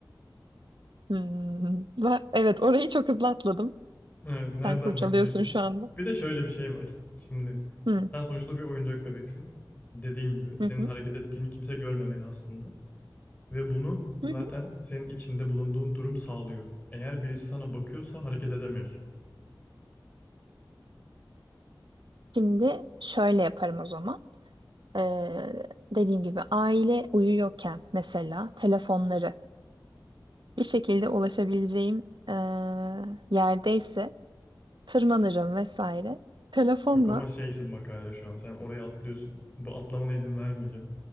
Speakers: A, on the right (about 70°); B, on the left (about 20°).
A: Hmm. va- Evet, orayı çok hızlı atladım.
B: Evet,
A: Sen
B: nereden
A: kurcalıyorsun
B: bakacaksın?
A: şu anda.
B: Bir de şöyle bir şey var. Şimdi
A: Hmm.
B: sen sonuçta bir oyuncak bebeksin. Dediğin gibi senin
A: Hı hı.
B: hareket ettiğini kimse görmemeli aslında. Ve bunu zaten
A: Hı hı.
B: senin içinde bulunduğun durum sağlıyor. Eğer birisi sana bakıyorsa hareket edemiyorsun.
A: Şimdi şöyle yaparım o zaman. Ee, dediğim gibi aile uyuyorken mesela telefonları bir şekilde ulaşabileceğim ee, yerdeyse tırmanırım vesaire. Telefonla
B: Yok ama şeysin bak hala şu an. Sen oraya atlıyorsun. Bu atlamana izin vermeyeceğim.